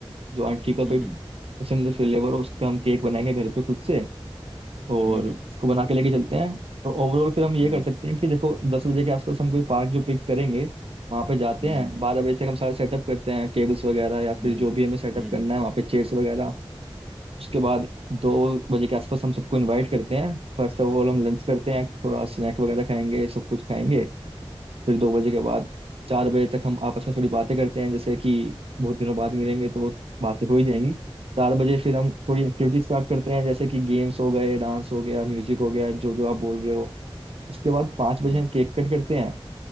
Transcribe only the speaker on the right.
जो आंटी का कोई
पसंद फ्लेवर हो उसका हम केक बनाएंगे घर पे खुद से और
उसको
बना के लेके चलते हैं तो ओवरऑल फिर हम ये
कर सकते हैं कि देखो दस बजे के आसपास हम कोई पार्क जो पिक करेंगे वहाँ पे जाते
हैं बारह बजे तक हम सारा सेटअप करते हैं टेबल्स वगैरह या
फिर जो भी हमें सेटअप
करना है वहाँ पे चेयर्स वगैरह उसके बाद दो बजे के आसपास हम सबको इनवाइट करते हैं फर्स्ट ऑफ ऑल हम लंच करते हैं थोड़ा स्नैक वगैरह खाएंगे सब कुछ खाएंगे फिर दो बजे के बाद चार बजे तक हम आपस में थोड़ी बातें करते हैं जैसे कि बहुत दिनों बाद मिलेंगे तो बातें हो ही जाएंगी चार बजे फिर हम थोड़ी एक्टिविटी स्टार्ट करते हैं जैसे कि गेम्स हो गए डांस हो गया म्यूजिक हो गया जो जो आप बोल रहे हो उसके बाद पाँच बजे
हम केक कट करते हैं